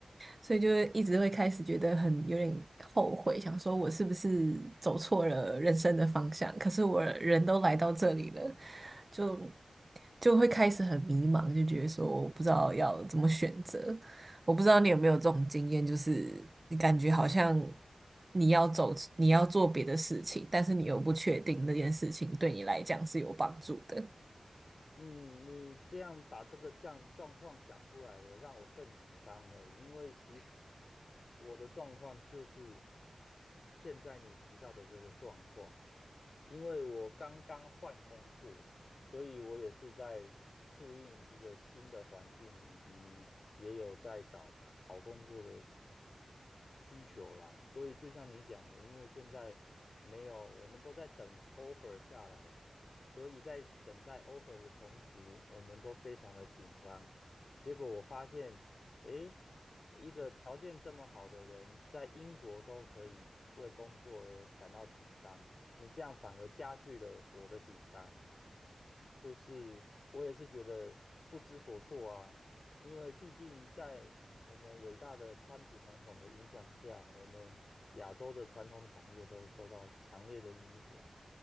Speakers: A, on the right; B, on the left.
A: 所以就一直会开始觉得很有点后悔，想说我是不是走错了人生的方向？可是我人都来到这里了，就。就会开始很迷茫，就觉得说我不知道要怎么选择。我不知道你有没有这种经验，就是你感觉好像你要走，你要做别的事情，但是你又不确定那件事情对你来讲是有帮助的。
B: 嗯，你这样把这个状状况讲出来了，让我更紧张了。因为其实我的状况就是现在你提到的这个状况，因为我刚刚换工作，所以我也是在适应一个新的环境，以及也有在找好工作的需求啦，所以就像你讲的，因为现在没有，我们都在等 offer 下来，所以在等待 offer 的同时，我们都非常的紧张。结果我发现，诶，一个条件这么好的人，在英国都可以为工作而感到紧张，你这样反而加剧了我的紧张，就是我也是觉得不知所措啊。因为毕竟在我们伟大的川普总统的影响下，我们亚洲的传统产业都受到强烈的影响。